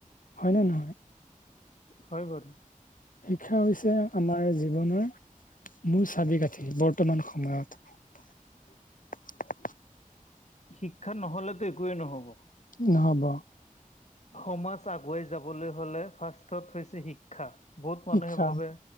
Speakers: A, on the left (about 70°); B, on the left (about 55°).
A: হয় নে নহয়?
B: হয় বাৰু।
A: শিক্ষা হৈছে আমাৰ জীৱনৰ- মূল চাবি-কাঠি বৰ্তমান সময়ত।
B: শিক্ষা নহ'লেতো একোৱেই নহ'ব।
A: নহ'ব।
B: সমাজ আগুৱাই যাবলৈ হ'লে ফাৰ্ষ্টত হৈছে শিক্ষা। বহুত
A: শিক্ষা
B: মানুহে ভাবে-